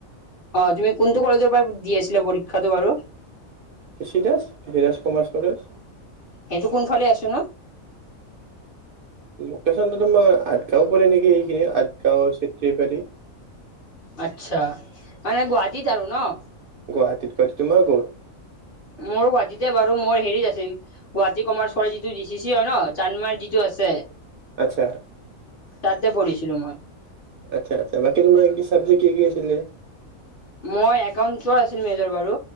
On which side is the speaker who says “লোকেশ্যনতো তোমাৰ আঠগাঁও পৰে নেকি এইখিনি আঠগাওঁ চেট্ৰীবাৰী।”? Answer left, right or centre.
Right